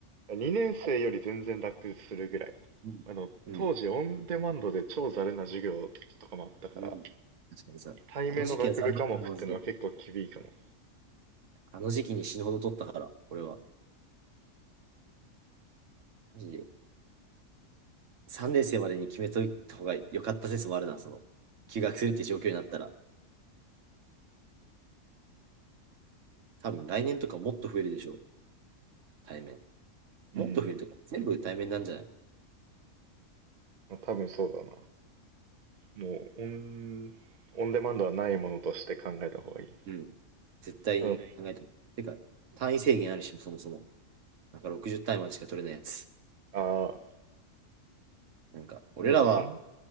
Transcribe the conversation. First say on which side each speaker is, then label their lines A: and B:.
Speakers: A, on the right; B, on the right.
A: 2年生より全然楽するぐらい。
B: うん、
A: あの、
B: うん、
A: 当時オンデマンドで超ざるな授業とかもあったから、
B: うん。確かにさ、
A: 対面の学部科目ってのは結構厳いかも。
B: あの時期はざるだったなマジで。あの時期に死ぬほど取ったから、俺は。マジで。3年生までに決めといた方が良かった説もあるな、その、休学するって状況になったら。多分来年とかもっと増えるでしょ、対面。
A: うん。
B: もっと増えるとか、全部対面なんじゃない
A: まあ、多分そうだな。もうオン、オンデマンドはないものとして考えた方がいい。
B: うん。絶対に考えても。
A: あの、
B: てか、単位制限あるし、そもそも。なんか60単位までしか取れないやつ。
A: あ
B: なんか、俺らは
A: ーでもその、